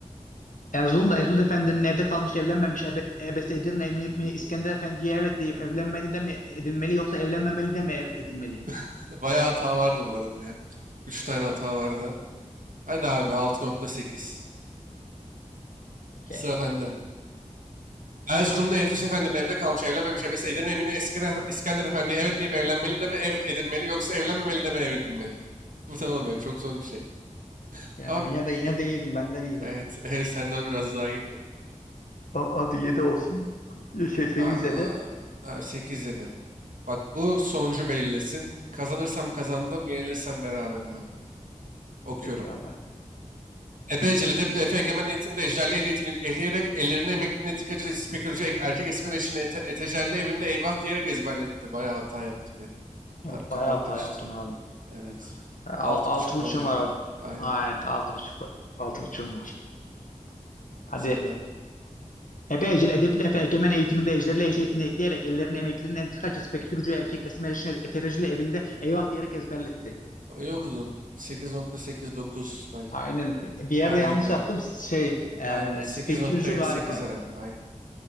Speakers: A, on the left; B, on the right.
A: Erzurum'da Ertuğrul Efendi'nin evde kalmış evlenmemiş ebe, ebesi Edirne mi, İskender Efendi'ye evet deyip evlenmedi de mi edinmeli yoksa evlenmemeli de mi ev edinmeli?
B: <laughs> Bayağı hata vardı bu arada ya. 3 tane hata vardı. Hadi abi altı nokta sekiz.
A: Okey.
B: Sıra bende. Erzurumlu Evrus Efendi'nin evde kalmış evlenmemiş ebesi Edirne Emine Eskire- İskender Efendi'ye evet deyip evlenmeli de mi ev edinmeli yoksa evlenmemeli de mi ev edinmeli? <laughs> Bu ne oğlum çok zor bir şey.
A: Okey.
B: Abi
A: Ama yine de
B: ik-
A: yine de iyiydin benden iyiydin.
B: evet <laughs> ev senden biraz daha iyiydi.
A: A- Hadi 7 olsun. Şey sekiz
B: Aa,
A: yedi.
B: abi 8 7. Bak bu sonucu belirlesin. Kazanırsam kazandım, yenilirsem beraber abi. Okuyorum.
A: Peki abi.
B: Ebeceli Deple Efe Egemen Eğitim'de ejderli ehliyetini ehleyerek ellerine emekli netikacı spekülcü erkek esmer için ete, etejerli evinde eyvah diyerek ezberletti. Bayağı hata yaptım ya.
A: Evet
B: Abi kafam
A: bayağı hata
B: karıştı.
A: yaptın abi.
B: Evet.
A: Al,
B: 6,5
A: altı
B: falan
A: buçuğum
B: herhalde.
A: var abi.
B: Aynen.
A: Aynen altı buçuk. Altı buçuğum var. Hadi.
B: Sen de.
A: Ebe Ecel Edepli Efe Egemen eğitiminde ejderli ehliyetini ekleyerek ellerini emeklinin entrikacısı pek yürücü erkek esmer işine etericili evinde eyvah diyerek ezberletti.
B: İyi okudun. Sekiz nokta seksen dokuz belki.
A: Aynen. Bir yerde
B: Aynen.
A: yanlış yaptım. Şey, e,
B: Aynen. sekiz
A: Spekürcü
B: nokta
A: galiba.
B: sekiz herhalde. Aynen.